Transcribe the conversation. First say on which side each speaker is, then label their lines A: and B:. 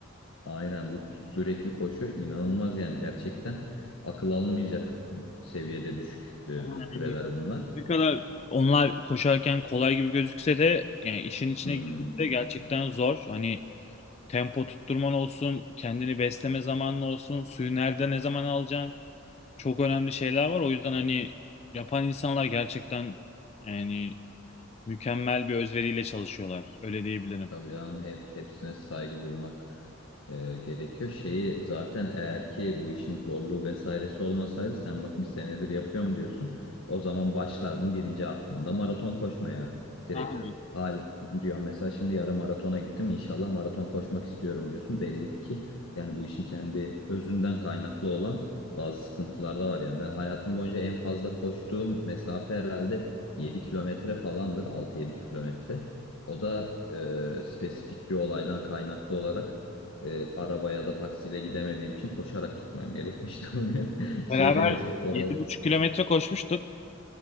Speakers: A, on the left (about 75°); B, on the left (about 30°).
A: Aynen bu sürekli koşu inanılmaz yani gerçekten akıl almayacak seviyede düşük e,
B: Ama
A: süreler
B: yani
A: bunlar.
B: Ne kadar onlar koşarken kolay gibi gözükse de yani işin içine
A: Hmm.
B: girdiğinde gerçekten zor. Hani tempo tutturman olsun, kendini besleme zamanın olsun, suyu nerede ne zaman alacaksın. Çok önemli şeyler var. O yüzden hani yapan insanlar gerçekten yani mükemmel bir özveriyle çalışıyorlar. Öyle diyebilirim.
A: Tabii canım hep, hepsine saygı duymak e, gerekiyor. Şeyi zaten eğer ki bu işin zorluğu vesairesi olmasaydı sen bak bir senedir yapıyorum diyorsun. O zaman başlardım birinci haftanda maraton koşmaya direkt.
B: Aa,
A: Hal diyorum mesela şimdi yarım maratona gittim inşallah maraton koşmak istiyorum diyorsun. Belli ki yani bu işin kendi özünden kaynaklı olan bazı sıkıntılar da var. Yani ben hayatım boyunca en fazla koştuğum mesafe herhalde 7 kilometre falandır altı yedi kilometre. O da e, spesifik bir olaydan kaynaklı olarak e, arabaya da taksiyle gidemediğim için koşarak gitmem gerekmişti <laughs> oraya. Şeyde
B: Beraber
A: spor
B: yedi
A: ol-
B: buçuk kilometre koşmuştuk.